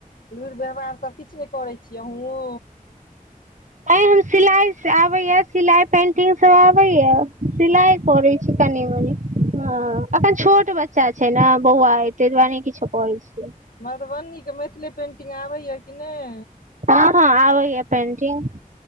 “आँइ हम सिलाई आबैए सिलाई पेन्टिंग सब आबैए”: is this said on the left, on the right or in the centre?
Right